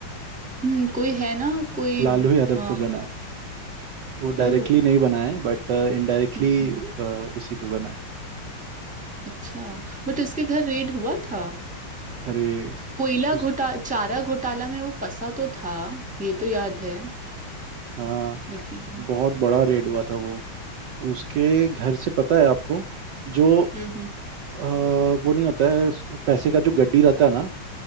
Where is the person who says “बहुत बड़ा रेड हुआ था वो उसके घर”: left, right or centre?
Right